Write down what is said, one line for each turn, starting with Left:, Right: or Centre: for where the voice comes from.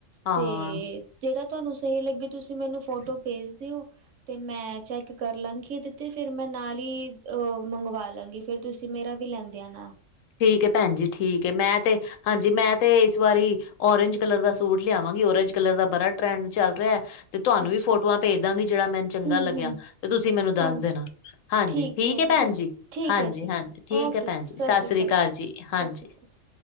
Left: ਹਾਂ,
Right: ਤੇ ਜੇੜਾ ਤੁਆਨੂੰ ਸਈ ਲੱਗੇ ਤੁਸੀਂ ਮੈਨੂੰ ਫੋਟੋ ਭੇਜ ਦੇਓ। ਤੇ ਮੈਂ ਚੈੱਕ ਕਰਲਾਂਗੀ ਏਦੇ ਤੇ ਫੇਰ ਮੈਂ ਨਾਲ ਈ ਅ ਮੰਗਵਾਲਾਂਗੀ। ਫੇਰ ਤੁਸੀਂ ਮੇਰਾ ਵੀ ਲੈਂਦੇ ਆਨਾ
Left: ਠੀਕ ਏ ਭੈਨ ਜੀ ਠੀਕ ਏ ਮੈਂ ਤੇ, ਹਾਂਜੀ ਮੈਂ ਤੇ ਇਸ ਵਾਰੀ ਓਰੇਂਜ ਕਲਰ ਦਾ ਸੂਟ ਲਿਆਵਾਂਗੀ ਓਰੇਂਜ ਕਲਰ ਦਾ ਬਰਾ ਟਰੈਂਡ ਚੱਲ ਰਿਐ। ਤੇ ਤੁਆਨੂੰ
Right: ਅੱਛਾ
Left: ਵੀ ਫੋਟੋਆਂ ਭੇਜਦਾਂਗੀ ਜੇੜਾ ਮੈਨੂੰ ਚੰਗਾ
Right: ਹੂੰ
Left: ਲੱਗੇਆ
Right: ਹੂੰ
Left: ਤੇ ਤੁਸੀਂ ਮੈਨੂੰ ਦੱਸ
Right: ਹਾਂਜੀ
Left: ਦੇਨਾ। ਹਾਂਜੀ ਠੀਕ
Right: ਹੈ
Left: ਏ ਭੈਨ
Right: ਤੁਸੀਂ
Left: ਜੀ,
Right: ਠੀਕ
Left: ਹਾਂਜੀ-ਹਾਂਜੀ,
Right: ਹੈ ਜੀ
Left: ਠੀਕ
Right: ਓਕੇ
Left: ਐ ਭੈਨ
Right: ਸਤਿ
Left: ਜੀ ਸਾਸਰੀ
Right: ਸ਼੍ਰੀ ਅਕਾਲ
Left: ਕਾਲ ਜੀ, ਹਾਂਜੀ।
Right: ਸਤਿ ਸ਼੍ਰੀ ਅਕਾਲ ਜੀ